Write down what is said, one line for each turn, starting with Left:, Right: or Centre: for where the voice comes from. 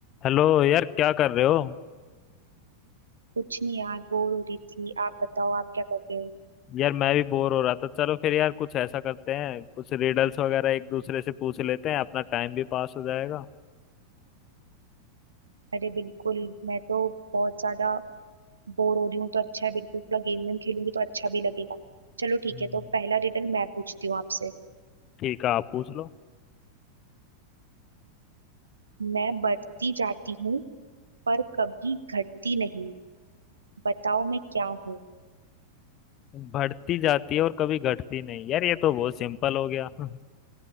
Left: Hello यार क्या कर रहे हो
Right: कुछ नहीं यार बोर हो रही थी आप बताओ आप क्या कर रहे हो
Left: यार मैं भी बोर हो रहा था चलो फिर यार कुछ ऐसा करते हैं कुछ रिडल्स वगैरह एक दूसरे से पूछ लेते हैं अपना टाइम भी पास हो जाएगा
Right: अरे बिल्कुल मैं तो बहुत ज्यादा बोर हो रही हूँ तो अच्छा है बिल्कुल थोड़ा गेम वेम खेलूंगी तो अच्छा भी लगेगा चलो ठीक
Left: हम्म,
Right: है तो पहला रिडल मैं पूछती हूँ आपसे
Left: ठीक है आप पूछ लो
Right: मैं बढ़ती जाती हूँ पर कभी घटती नहीं बताओ मैं क्या हूँ
Left: बढ़ती जाती है और कभी घटती नहीं यार ये तो बहुत सिंपल हो गया <laughs>